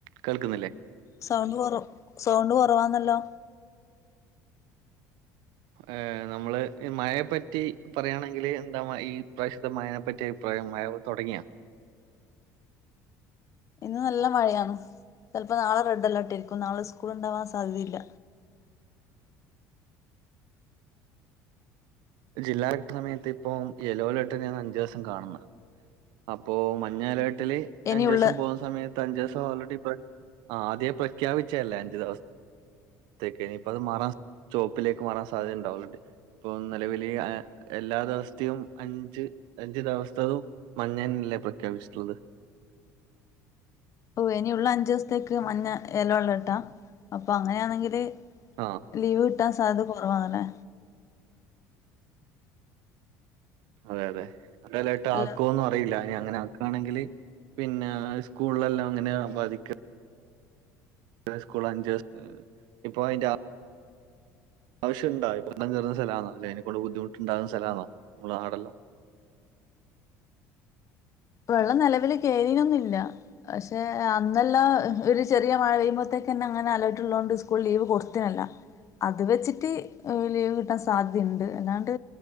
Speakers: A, on the right (about 75°); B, on the left (about 40°).
A: കേൾക്ക്ന്നില്ലേ
B: സൗണ്ട് കൊറവ് സൗണ്ട് കൊറവാന്നല്ലോ
A: ഏഹ് നമ്മള് ഈ മയെപ്പറ്റി പറയാണെങ്കില് എന്താ മ ഈ പ്രാശ്ത്തെ മയെപ്പറ്റി അഭി പ്രയം മായ തൊടങ്ങിയോ
B: ഇന്ന് നല്ല മഴയാണ് ചെലപ്പോ നാളെ റെഡ് അലേർട്ടെരിക്കും നാള സ്കൂള് ഒണ്ടാവാം സാധ്യതയില്ല
A: ജില്ലാ കലക്ടർ സമയത്ത് ഇപ്പം യെല്ലോ അലർട്ട് തന്നെന്ന അഞ്ച് ദോസം കാണ്ന്നെ അപ്പോ മഞ്ഞലർട്ടില്
B: ഇനിയുള്ള
A: അഞ്ച്സം പോവാ സമയത്ത് അഞ്ചോസം ഓൾറെഡി പ്ര ആദ്യെ പ്രഖ്യാപിച്ചല്ലേ അഞ്ച് ദോസ ത്തെക്കെ ഇനിപ്പത് മാറാം ചൊപ്പിലേക്ക് മാറാം സാധ്യത ഒണ്ട് ഓൾറെഡി നെലവിലെ അഹ് എല്ലാ ദെവസ്ത്തെയും അഞ്ച് അഞ്ച് ദെവസ്തതും മഞ്ഞൻല്ലേ പ്രഖ്യാപിച്ചിട്ട്ള്ളത്
B: ഓഹ് ഇനിഒള്ള അഞ്ചോസ്ത്തേക്ക് മഞ്ഞ യെല്ലോ അലർട്ടാ അപ്പൊ അങ്ങനെയാന്നെങ്കില്
A: ആഹ്
B: ലീവ് കിട്ടാം സാധ്യത കൊറവാണ്
A: അതെ അതെ റെഡ അലർട്ട് ആക്കുവോന്ന്
B: അല്ല
A: അറിയില്ല ഇനി അങ്ങന ആക്കാണെങ്കില് പിന്നെ സ്കൂളല്ലാം അങ്ങനെ ബാധിക് <unintelligible> സ്കൂള അഞ്ചോസ് അ ഇപ്പൊ അയ്‌ന്റ ആവശ്യുണ്ടാ വെള്ളം കയറ്ന്ന സ്ഥലാന്നല്ലെ അയ്നെക്കെ ബുദ്ദിമുട്ട്ണ്ടാവുന്ന സ്ഥലാന്നോ നമ്മള നാടെല്ലാം
B: വെള്ളം നിലവില് കേറീനൊന്നുല്ല പക്ഷെ അന്നല്ല ഒരു ചെറിയ മഴ പെയ്യുമ്പോത്തേക്കന്നെ അങ്ങനെ അലർട്ട്ള്ളതൊണ്ട് സ്കൂൾ ലീവ് കൊടുത്തിനല്ല അത് വെച്ചിട്ട് എഹ് ലീവ് കിട്ടാൻ സാധ്യുണ്ട് എല്ലാണ്ട്